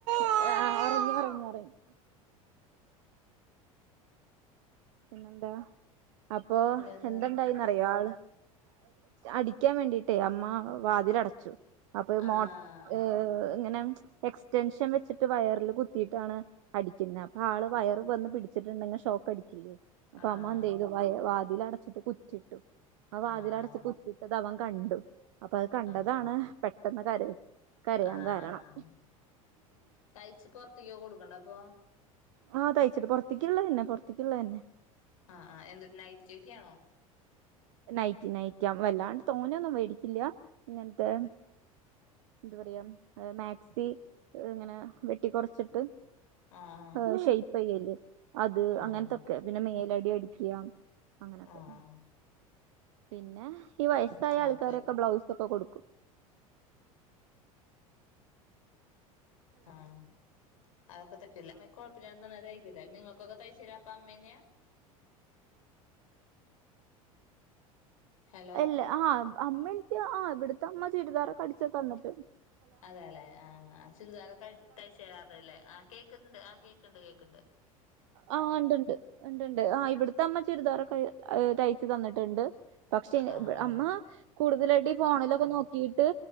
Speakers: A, on the right (about 55°); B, on the left (about 65°).
A: ആ ഒറങ്ങി ഒറങ്ങി ഒറങ്ങി. പിന്നെന്താ? അപ്പൊ
B: പിന്നെന്താ
A: എന്തണ്ടായിന്ന്റിയോ ആള് അടിക്കാൻ വേണ്ടിയിട്ടേ അമ്മ വാതിലടച്ചു. അപ്പൊ
B: ആഹ്
A: മോ ഏഹ് ഇങ്ങനെ എക്സ്റ്റൻഷൻ വെച്ചിട്ട് വയറില് കുത്തിയിട്ടാണ് അടിക്ക്ന്നെ അപ്പൊ ആള് വയറ് വന്ന് പിടിച്ചിട്ട്ണ്ടെങ്കി ഷോക്ക് അടിക്കില്ലേ? അപ്പൊ
B: ആഹ്
A: അമ്മ എന്തെയ്തു വാതിലടച്ചിട്ട് കുറ്റിയിട്ടു ആ വാതിലടച്ച്
B: ആഹ്
A: കു കുറ്റിയിട്ടത് അവൻ കണ്ടു അപ്പൊ അത് കണ്ടതാണ്
B: ആഹ്
A: പെട്ടെന്ന് കര കരയാൻ
B: ആഹ്
A: കാരണം.
B: തയ്ച്ച് പൊറത്ത്ക്ക് ഒക്കെ കൊടുക്ക്ണ്ടോ അപ്പൊ?
A: ആഹ് തയ്ച്ചിട്ട് പൊറത്തിക്ക്ള്ളതന്നെ തന്നെ പൊറത്തിക്ക്ള്ളതന്നെ.
B: ആഹ് ആഹ് എന്തുട്ട നൈറ്റിയൊക്കെയാണോ?
A: നൈറ്റി നൈറ്റി ആ വല്ലാണ്ട് തോനയൊന്നും വേടിക്കില്ല ഇങ്ങനത്തെ എന്താ പറയാ മാക്സി ഇങ്ങനെ വെട്ടി കൊറച്ചിട്ട്.
B: ആഹ്
A: ഏഹ് ഷേപ്പ് ചെയ്യല് അത്
B: ആഹ്
A: അങ്ങനത്തൊക്കെ പിന്നെ മേലടി അടിക്കാ അങ്ങനൊക്കെ
B: ആഹ്
A: പിന്നെ ഈ വയസ്സായ
B: ആഹ്
A: ആൾക്കാരൊക്കെ
B: അപ്പൊ
A: ബ്ലൗസൊക്കെ കൊടുക്കും.
B: ആഹ് അതൊക്കെ തയ്ക്കൂലേ അമ്മ കൊഴപ്പില്ലാതെ നന്നായി തയ്ക്കൂലേ നിങ്ങക്കൊക്കെ തയ്ച്ച് തരാ അപ്പ അമ്മയന്നെയ? ഹലോ
A: ഇല്ല ആഹ് അമ്മ എനിക്ക് ആ ഇവിടുത്തെ അമ്മ ചുരിദാറൊക്കെ അടിച്ച് തന്നിട്ട്ണ്ട്
B: അതേല്ലെ ആഹ് ആ ചുരിദാറ് ഒക്കെ തഴ്ച്ചു തരാറുണ്ട് ല്ലേ? ആ കേക്ക്ന്ന്ണ്ട് ആഹ് കേക്ക്ണ്ട് കേക്ക്ണ്ട്
A: ആഹ് ഇണ്ട്ണ്ട് ഇണ്ട്ണ്ട് ആഹ് ഇവിടുത്തെ അമ്മ ചുരിദാറ് ഒക്കെ തയ്ച്ചു തന്നിട്ടുണ്ട് പക്ഷേ
B: ആഹ്
A: അമ്മ കൂടുതലായിട്ട് ഈ ഫോണിലൊക്കെ നോക്കിയിട്ട്